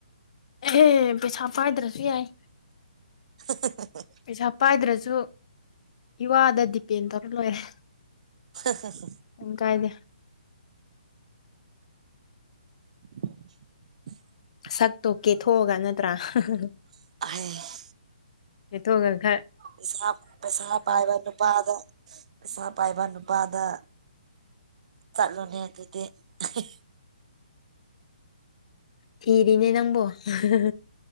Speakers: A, on the left; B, on the right.
A: ꯑꯦꯍꯦ ꯄꯩꯁꯥ ꯄꯥꯏꯗ꯭ꯔꯁꯨ ꯌꯥꯏ
B: <unintelligible>
A: ꯄꯩꯁꯥ ꯄꯥꯏꯗ꯭ꯔꯁꯨ ꯏꯋꯥꯗ ꯗꯤꯄꯦꯟ ꯇꯧꯔ ꯂꯣꯏꯔꯦ
B: <unintelligible>
A: ꯎꯝ ꯀꯥꯏꯗꯦ
B: <inaudible>
A: ꯁꯛꯇꯣ ꯀꯦꯊꯣꯛꯑꯒ ꯅꯠꯇ꯭ꯔꯥ <unintelligible>
B: ꯑꯍꯦ
A: ꯂꯤꯇꯣꯒ ꯈꯔꯥ
B: ꯄꯩꯁꯥ ꯄꯩꯁꯥ ꯄꯥꯏꯕ ꯅꯨꯄꯥꯗ ꯄꯩꯁꯥ ꯄꯥꯏꯕ ꯅꯨꯄꯥꯗ ꯆꯠꯂꯣꯅꯦ ꯑꯗꯨꯗꯤ ꯑꯍꯦ
A: ꯊꯤꯔꯤꯅꯦ ꯅꯪꯕꯣ <unintelligible>